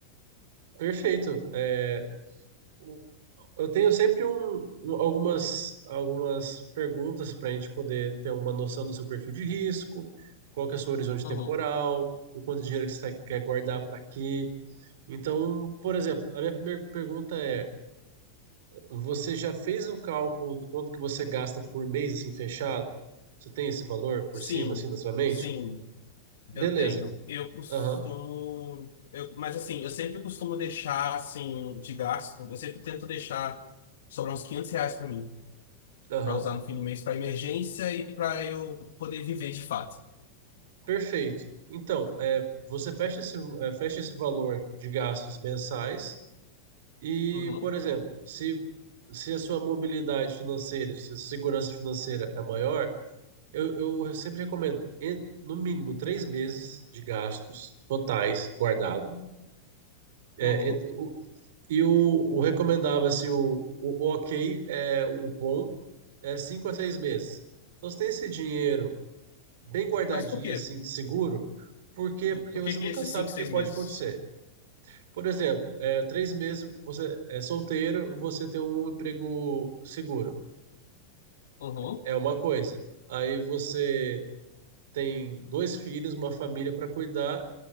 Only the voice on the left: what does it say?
Uhum.
Sim,
sim.
Eu tenho. Eu costumo.
Eu, mas assim, eu sempre costumo deixar assim de gasto. Eu sempre tento deixar sobrar uns 500 reais pra mim,
pra usar no fim do mês pra emergência e pra eu poder viver de fato.
Uhum,
uhum.
Mas por quê?
Por
por
que que
esses
cinco seis
meses?
Uhum.